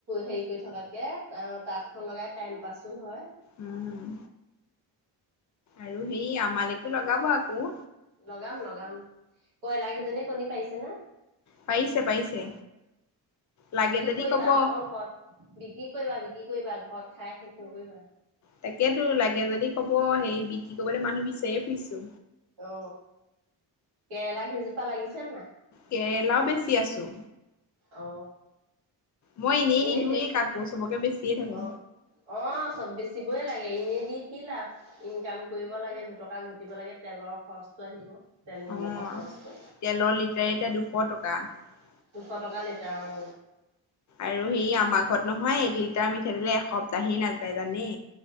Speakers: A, on the right; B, on the left.
A: হেৰি কৰি থকাত। তে তাঁতখন লগাই টাইম পাছ হয়
B: উম আৰু সেই আমালেকো লগাব আকৌ
A: লগাম লগাম কয়লাৰ কেইজনীয়ে কণী পাৰিছে নে।
B: পাৰিছে পাৰিছে লাগে
A: বিক্ৰী
B: যদি
A: কৰিবা
B: ক'ব
A: অকল ঘৰ বিক্ৰী কৰিবা বিক্ৰী কৰিবা ঘৰত খাই শেষ নকৰিবা
B: তাকেতো লাগে যদি কব অ সেই বিক্ৰী কৰিবলৈ মানুহ বিচাৰি ফুৰিছো
A: অ কেৰেলা কিজোপা লাগিছে। নাই
B: কেৰেলা বেছ চি আছো
A: অ
B: মই
A: এনেই
B: নিদোৱেই
A: বেছি
B: কাকো চবকে বেচিয়ে থাকো।
A: অ অ চব বেছি বেছিবই লাগে এনেই দি কি লাভ। ইনকাম কৰিব লাগে দুটকা ঘুটি কুতিব লাগে তেলৰ খৰচটো আহিব। তেল নিমখৰ
B: অ
A: খৰচটো
B: তেলৰ লিটাৰ এতিয়া দুশ টকা <unintelligible>
A: দুশ টকা লিটাৰ অ
B: আৰু সে আমাৰ ঘৰত নহয় এক লিটাৰ মি খেলে এসপ্তাহি নাযায় জানে।